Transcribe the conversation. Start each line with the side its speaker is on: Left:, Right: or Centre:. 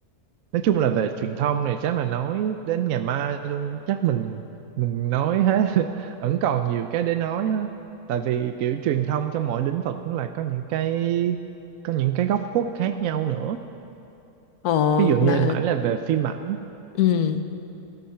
Right: nói chung là về truyền thông này chắc là nói đến ngày mai luôn chắc mình mình nói hết <laughs> vẫn còn nhiều cái để nói ha tại vì kiểu truyền thông trong mỗi lĩnh vực cũng là có những cái có những cái góc khuất khác nhau nữa
Left: ồ
Right: ví dụ
Left: mà
Right: như nãy là về phim ảnh
Left: ừ